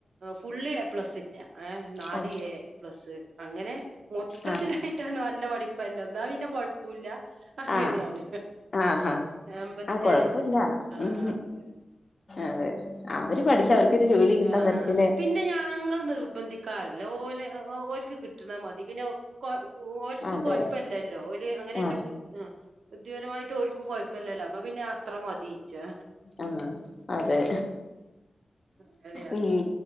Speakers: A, on the right (about 85°); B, on the left (about 40°).
A: ഫുള്ള് എ പ്ലസ്സില്ല ഏഹ് നാല്
B: ഓ
A: എ പ്ലസ് അങ്ങനെ മൊത്തത്തിലായിട്ടാണ്
B: ആ
A: നല്ല പഠിപ്പല്ല എന്നാ പിന്നെ കൊഴപ്പൊല്ല അങ്ങനെയാണ്
B: ആ ആഹാ
A: അമ്പത്തി
B: ആ കൊഴപ്പില്ല
A: അഞ്ച് ആഹ്
B: ഉം
A: ആഹ് അങ്ങനെ
B: അതെ അവര്
A: ഉം
B: പഠിച്ച അവർക്കൊരു ജോലി കിട്ടാൻ
A: ആഹ്
B: തരത്തില്
A: പിന്നെ ഞങ്ങൾ നിർബന്ധിക്കാറില്ല ഓര് ഓർക്ക് കിട്ടുണ മതി പിന്നെ ഓല്ക്ക്
B: അതെ
A: കൊഴപ്പല്ലല്ലോ ഓല് അങ്ങനെയല്ലു
B: ആ
A: ബുദ്ധിപരമായിട്ട് ഓൽക്കും കുഴപ്പം കൊഴപ്പല്ലല്ലോ അപ്പൊ പിന്നെ അത്ര മതിച്ചാ
B: ആഹ് അതെ
A: അങ്ങനെയാണ്
B: ഉം